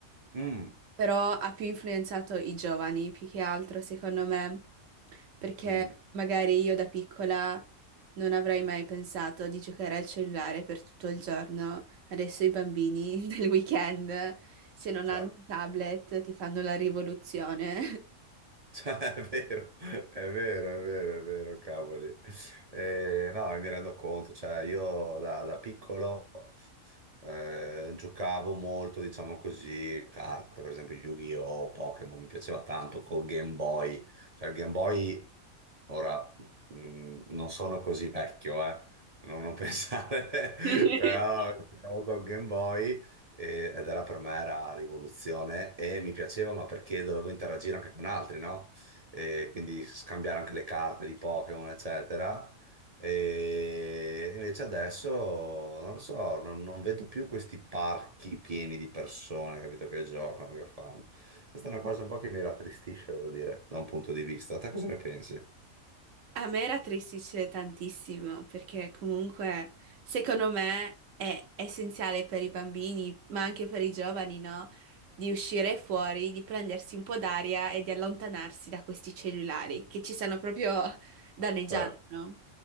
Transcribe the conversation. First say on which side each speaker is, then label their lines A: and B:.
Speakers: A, on the right (about 40°); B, on the right (about 65°).
A: Mm,
B: però ha più influenzato i giovani, più che altro, secondo me, perché
A: mm,
B: magari io da piccola non avrei mai pensato di giocare al cellulare per tutto il giorno. Adesso i bambini <laughs> del weekend, se non
A: certo.
B: hanno un tablet, ti fanno la rivoluzione.
A: Cioè, È vero, è vero, è vero, è vero, cavoli. Eh, no, mi rendo conto, cioè io da, da piccolo eh, giocavo molto, diciamo così, carte, per esempio Yu-Gi-Oh, Pokémon, mi piaceva tanto col Game Boy. Cioè il Game Boy, ora, mh, non sono così vecchio, eh, non, non pensare, <laughs>
B: <laughs>
A: però giocavo col Game Boy e- ed era per me era rivoluzione e mi piaceva, ma perché dovevo interagire anche con altri, no? E quindi scambiare anche le carte di Pokémon, eccetera. E invece adesso non lo so, non, non vedo più questi parchi pieni di persone, capito, che giocano, che fanno. Questa è una cosa un po' che mi rattristisce, devo dire, da un punto di vista. Te cosa ne pensi?
B: A me rattristice tantissimo perché comunque secondo me è essenziale per i bambini, ma anche per i giovani, no? Di uscire fuori, di prendersi un po' d'aria e di allontanarsi da questi cellulari che ci stanno proprio <laughs> danneggiando.
A: Certo,
B: no?